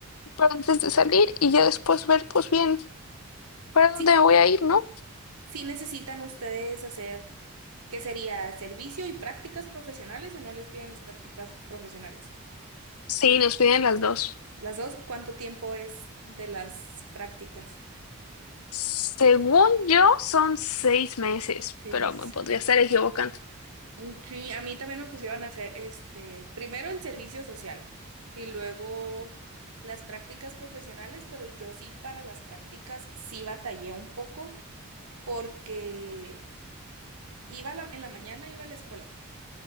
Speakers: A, on the left; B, on the right.
A: para, antes de salir y ya después ver pues bien para dónde
B: Sí,
A: me voy a ir, ¿no?
B: sí necesitan ustedes hacer ¿qué sería servicio y prácticas profesionales o no les piden las prácticas profesionales?
A: Sí, nos piden las dos.
B: Las dos, ¿cuánto tiempo es de las prácticas?
A: Según yo son seis meses,
B: Seis
A: pero
B: meses.
A: me podría estar equivocando.
B: Mm, Sí, a mí también me pusieron a hacer este, primero el servicio social y luego las prácticas profesionales, pero yo sí para las prácticas sí batallé un poco porque iba a la- en la mañana iba a la escuela